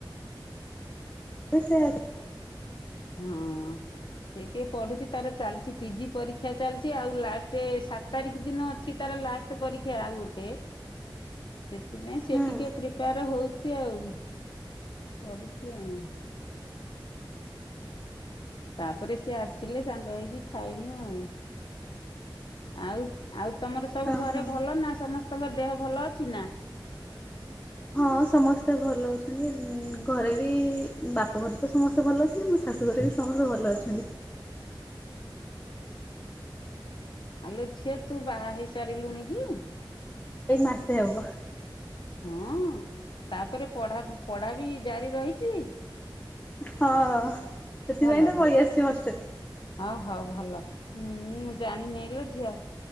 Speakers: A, on the left (about 15°); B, on the left (about 65°).
A: <unintelligible>
B: ହଁ ସେ ଟିକେ ପଢୁଚି ତାର ଚାଲିଚି ପିଜି ପରୀକ୍ଷା ଚାଲିଚି। ଆଉ ଲାଷ୍ଟ୍ ସା ସାତ ତାରିଖ ଦିନ ଅଛି ତାର ଲାଷ୍ଟ ପରୀକ୍ଷା ଆଉ ଗୋଟେ। ସେଥିପାଇଁ ସେ
A: ହୁଁ
B: ଟିକେ ପ୍ରିପାୟର ହଉଚି ଆଉ। ପଢୁଚି ଆଉ। ତାପରେ ସିଏ ଆସିଲେ ସାଙ୍ଗ ହେଇକି ଖାଇମୁ ଆଉ। ଆଉ ଆଉ ତମର
A: ଓହୋ
B: ସବୁ ଘରେ ଭଲ ନା। ସମସ୍ତଙ୍କ ଦେହ ଭଲ ଅଛି ନାଁ।
A: ହଁ ସମସ୍ତେ ଭଲ ଅଛନ୍ତି ଉଁ ଘରେ ବି ବାପଘରେ ତ ସମସ୍ତେ ଭଲ ଅଛନ୍ତି। ମୋ ଶା ଶାଶୁ ଘରେ ବି ସମସ୍ତେ ଭଲ ଅଛନ୍ତି।
B: ଆଲୋ ଝିଅ ତୁ ବାହା ହେଇ ସାରିଲୁଣି କି?
A: ଏଇ ମାସେ ହବ।
B: ହଁ ତାପରେ ପଢ଼ା ପଢ଼ା ବି ଜାରି ରହିଚି।
A: ହଁ ସେଥିପାଇଁ
B: ଭଲ
A: ତ
B: ଭଲ
A: ପଳେଇ ଆସିଚି ହଷ୍ଟେଲ।
B: ହଁ ହଉ ଭଲ ମୁଁ ଜାଣିି ନେଇ ଲୋ ଝିଅ।